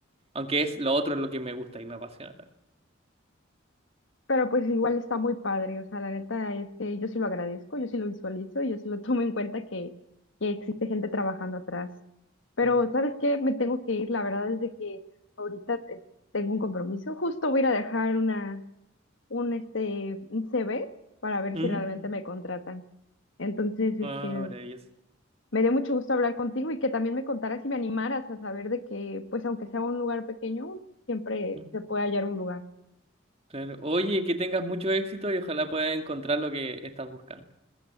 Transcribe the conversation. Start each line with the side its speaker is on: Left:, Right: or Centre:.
Right: aunque es lo otro es lo que me gusta y me apasiona
Left: Pero pues igual está muy padre, o sea, la neta es que yo sí lo agradezco, yo sí lo visualizo y yo sí lo <laughs> tomo en cuenta que, que existe gente trabajando atrás. Pero,
Right: también.
Left: ¿sabes qué? Me tengo que ir, la verdad es de que ahorita eh, tengo un compromiso, justo voy a ir a dejar una, un, este, un CV para ver
Right: Mm.
Left: si realmente me contratan. Entonces, este,
Right: Ah, maravilloso.
Left: me dio mucho gusto hablar contigo y que también me contaras y me animaras a saber de que, pues aunque sea un lugar pequeño, siempre
Right: Mm.
Left: se puede hallar un lugar.
Right: Claro. Oye, que tengas mucho éxito y ojalá puedas encontrar lo que estás buscando.